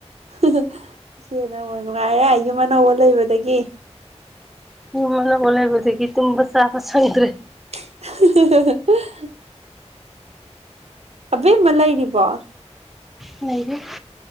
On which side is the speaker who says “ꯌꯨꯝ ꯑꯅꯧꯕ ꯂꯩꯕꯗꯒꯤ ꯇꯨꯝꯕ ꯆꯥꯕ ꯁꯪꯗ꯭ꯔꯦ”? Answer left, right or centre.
Centre